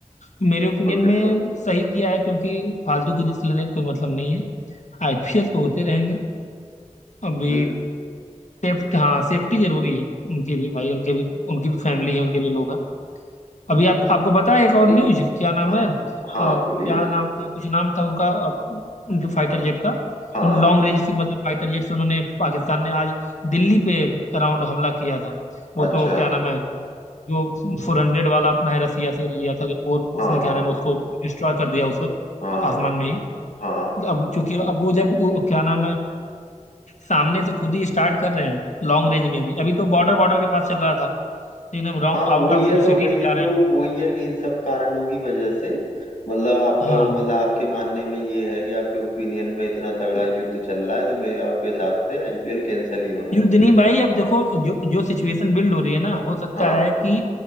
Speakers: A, on the left (about 65°); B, on the left (about 75°).
A: मेरे ओपिनियन
B: बिल्कुल बिल्कुल
A: में सही किया है क्योंकि फालतू की रिस्क लेने का कोई मतलब नहीं है आईपीएल तो होते रहेंगे अभी
B: हम्म,
A: सेफ्ट हाँ सेफ्टी जरूरी है उनके भी भाई उनके भी उनकी भी फैमिली है उनके भी लोग हैं अभी आप आपको पता है एक और
B: नहीं,
A: न्यूज क्या नाम
B: हाँ
A: है अ,
B: हाँ बोलिए
A: क्या नाम था कुछ नाम था उनका अ, उनके फाइटर जेट का
B: हाँ
A: उन लॉन्ग रेंज की मतलब फाइटर जेट से उन्होंने पाकिस्तान ने आज दिल्ली पे अराउंड हमला किया था वो
B: अच्छा
A: तो क्या नाम है जो फोर हंड्रेड वाला अपना है रसिया से लिया था वो
B: हाँ
A: उसने क्या
B: हाँ
A: नाम है उसको डिस्ट्रॉय कर दिया उस पर
B: हाँ
A: आ- आसमान में ही
B: हाँ
A: अब क्योंकि अब वो जब वो क्या नाम है सामने से खुद ही स्टार्ट कर रहे हैं लॉन्ग रेंज में भी अभी तो बॉर्डर बॉर्डर के पास चल रहा था लेकिन अब राउंड
B: हाँ
A: आउट
B: वही
A: ऑफ
B: है तो
A: सिटी
B: वही
A: भी जा रहे
B: तो
A: हैं वो
B: वही है कि इन सब कारणों की वजह से मतलब आपका
A: हाँ
B: वो- मतलब आपके मानने में ये है कि आपके ओपिनियन में इतना तगड़ा युद्ध चल रहा है तो मेरे आपके हिसाब से आईपीएल कैंसिल ही होना
A: युद्ध
B: चाहिए
A: नहीं भाई अब देखो जो जो सिचुएशन बिल्ड हो रही है ना हो सकता
B: हाँ
A: है कि